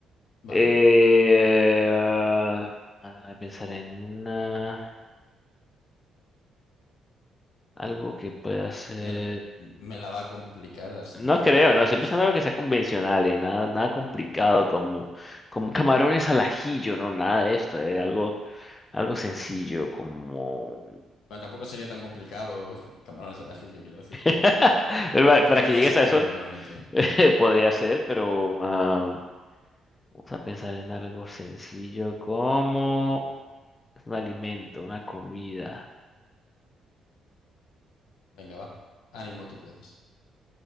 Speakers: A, on the left (about 80°); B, on the left (about 25°).
A: vale.
B: Eh, ah, pensar en una algo que pueda ser.
A: Me, me la va a complicar hasta
B: No
A: el infinito,
B: creo,
A: ya
B: no, estoy
A: verás.
B: pensando en algo que sea convencional, eh, nada, nada complicado, como, como camarones al ajillo, no, nada de esto, eh, algo, algo sencillo, como...
A: Bueno, tampoco sería tan complicado <laughs> camarones al ajillo, quiero decir.
B: <laughs> Para
A: Lo
B: para
A: acabaría
B: que llegues
A: sacando
B: a eso,
A: igualmente, ¿eh?
B: <laughs> podría ser, pero ah, vamos a pensar en algo sencillo, como un alimento, una comida.
A: Venga, va. Ánimo, tú puedes.